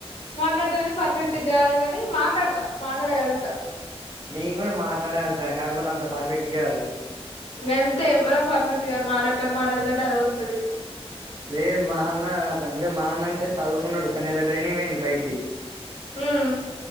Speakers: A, on the left; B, on the right.
A: మాట్లాడతా గని పర్ఫెక్ట్ గాదు గని మాట్లాడతా మాట్లాడగలుగుత
B: నేను గూడ మాట్లాడగళ్తా కాకపోతే అంత పర్ఫెక్ట్ కాదు
A: గంతే ఎవ్వరం పర్ఫెక్ట్ గాద్ మాట్లాడ్తంటే మాట్లాడతాంటే అదే వొత్తది
B: లేదు మా అన్న అట్ల అంటే మా అన్న అంటే సదువుకున్నడు ఒక నెల ట్రైనింగ్ పోయిండు బయటికి
A: ఉమ్